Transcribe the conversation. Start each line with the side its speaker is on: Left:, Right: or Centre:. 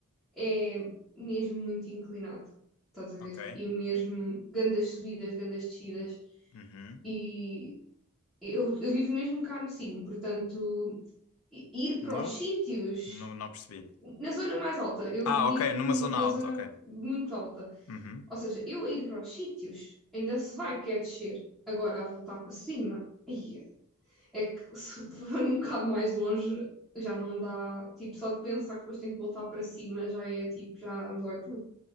Centre: é mesmo muito inclinado, estás a ver?
Left: Ok.
Centre: E mesmo grandes subidas, grandes descidas.
Left: Uhum.
Centre: E eu, eu vivo mesmo cá no Sino, portanto, i- ir para
Left: Nu?
Centre: os sítios.
Left: Nu, não percebi.
Centre: Na zona mais alta, eu
Left: Ah,
Centre: vivo
Left: ok. Numa
Centre: num-
Left: zona
Centre: na
Left: alta,
Centre: zona
Left: ok.
Centre: muito alta.
Left: Uhum.
Centre: Ou seja, eu a ir para os sítios ainda se vai quer descer. Agora a voltar para cima, aí é que se for um bocado mais longe já não dá. Tipo, só de pensar que depois tenho que voltar para cima já é tipo, já me dói tudo.